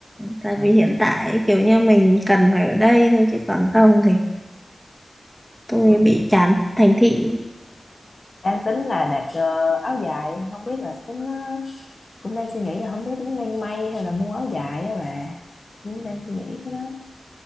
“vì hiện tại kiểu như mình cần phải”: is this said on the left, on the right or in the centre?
Centre